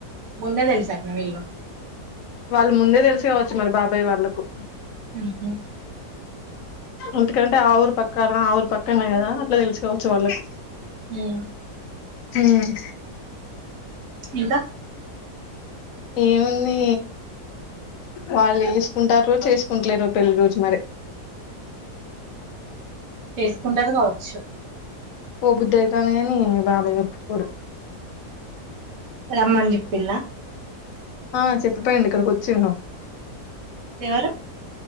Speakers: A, on the right; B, on the left.
A: మున్నే తెలుసాకన వెళ్ళు
B: వాళ్ళు ముందే తెలుసు కావచ్చు మరి బాబాయ్ వాళ్ళలకు
A: ఉ హు
B: ఎందుకంటే ఆ ఊరు పక్కన ఆ ఊరు పక్కనేయి కదా అట్లా తెలుసుకోవచ్చు వాళ్ళకి
A: హు
B: ఉమ్
A: ఇంకా
B: ఏముంది వాళ్ళు వసుకుంటారు చేసుకుంటలేరు పెళ్లిి రోజు మరి
A: చేసుకుంటారు కావచ్చు
B: ఓ బుద్ధ అవుతానే అని మీ బాబా చెప్పుకోడు
A: రమన్జిప్పలా
B: ఆ చెప్పపోయిడి ఇక్కడికి వచ్చిండ
A: ఎవరు